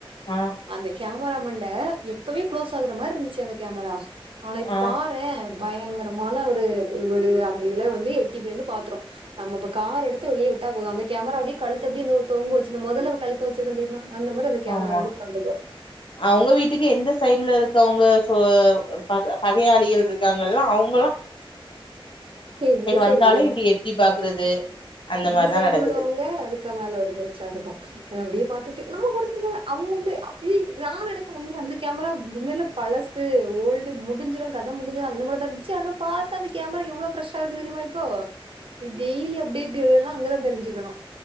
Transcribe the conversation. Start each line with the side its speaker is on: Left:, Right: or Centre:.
Left: ஆ
Right: அந்த கே மரா மண்ட எப்பவே கு்ளோஸ் ஆகுற மார்ருந்ச்சு அந்த கேமரா நாளைக்கு
Left: ஆ
Right: பாரே அ பயங்கரமான ஒரு ஒரு அந்த இதுல வந்து எட்டிபோய் நின்னு பாத்துரு நம்ம இப்ப கார் எடுத்து வெளிய விட்டா போது அந்த கேமரா அப்டே கழுத்து அப்டியே தொங்கு வச்சு இந்த மொதல கழுத்து வச்சிருக்கு தெரிமா அந்த மாரி அந்த கேமரா
Left: ஆமா
Right: வந்து உக்காந்துக்கு
Left: அவங்க வீட்டுக்கு எந்த சைட்ல இருக்கவுங்க சோ பக பகையாளிகள் இருக்காங்கல்ல அவுங்
Right: இந்த சைடு
Left: வந்தாலே இப்டி எட்டி பாக்குறது
Right: ஆ
Left: அந்த
Right: இந்த
Left: மாரிதா
Right: சைடு
Left: நடக்குது
Right: உள்ளவங்க அதுக்க மேல ஒரு பேச்சா இருக்கு அப்டியே பாத்தட்டு நம்ம ஒருத்த அவுங்க வந்து அப்ப நா நைக்கு அந்த கேமரா உண்மேல பழசு ஓல்டு முடிஞ்சிடு கதை முடிஞ்சிர அந்த மாதிரி தா இருந்துச்சு அத பாத்தா அந்த கேமரா எவ்ளோ ஃப்ரெஷ் இருக்கு தெரியுமா இப்போ டெய்லி அப்டேட் எல்லா அங்கதா தெருஞ்சுக்கணு